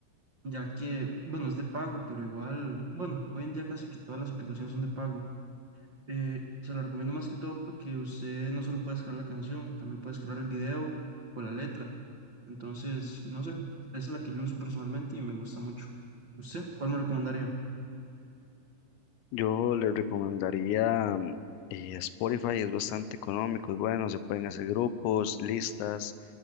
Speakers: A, on the right (about 55°); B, on the left (about 85°).
A: ya que, bueno, es de pago, pero igual, bueno, hoy en día casi que todas las aplicaciones son de pago Eh, se lo recomiendo más que todo porque usted no solo puede crear la canción, también puede crear el video o la letra. Entonces, no sé, esa es la que yo uso personalmente y me gusta mucho. ¿Usted cuál me recomendaría?
B: Yo le recomendaría mm, eh, Spotify, es bastante económico, es bueno, se pueden hacer grupos, listas,